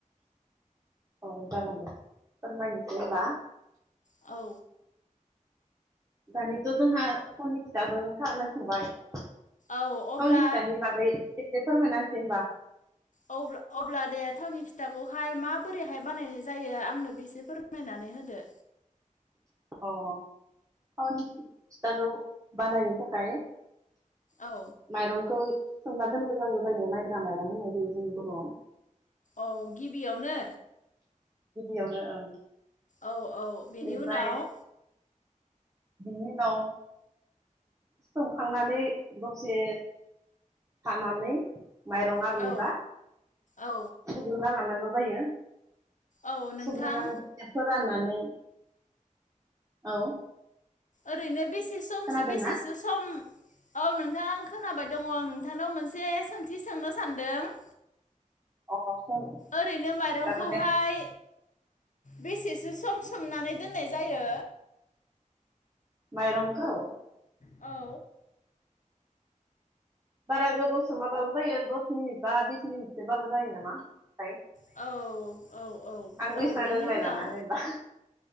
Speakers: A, on the right; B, on the left.
A: औ जागोन दे फोरमायनोसै होमबा
B: औ
A: दानिथ' जोंहा थावनि फिथाजों सा लोंखांबाय थावनि
B: औ अब्ला
A: फिथानि बागै एसे फोरमायना होनोसै होनबा
B: अ अब्ला दे थावनि फिथाखौहाय माबोरैहाय बानायनाय जायो आंनोबो एसे फोरमायनानै होदो
A: अ थावनि फिथाखौ बानायनो थाखाय
B: औ
A: माइरंखौ सोमना दोनग्रो नांगौ जायो मायब्रा मायरं होनाय जायो बर'आव
B: औ गिबियावनो
A: गिबियावनो ओं
B: औ औ बेनि
A: ओमफ्राय
B: उनाव
A: बिनि उनाव सोमखांनानै दसे थानानै माइरंआ
B: औ
A: रुयबा
B: औ
A: सुग्रोना लानां स्र जायो।
B: औ नोंथां
A: सुग्रोनानै दसे फोर फोराननानै औ
B: ओरैनो बिसे समसो
A: खोनादोंना
B: बेससो सम औ नोंथां आं खोनाबाय दङ। आं नोंथांनाव मोनसे सोंथि सोंनो सानदों।
A: अ सों
B: ओरैनो माइरंखौहाय
A: जागोन दे
B: बेसेसो सम सोमनानै दोननाय जायो?
A: माइरंखौ?
B: औ
A: बारा गोबाव सोमाबाबो जायो दस मिनिट बा बिस मिनिटसोबाबो जायो नामा थाय।
B: औ औ औ
A: आं
B: औ
A: एसां
B: बेनि
A: रोंलायलाङा
B: उनाव
A: जेनेबा।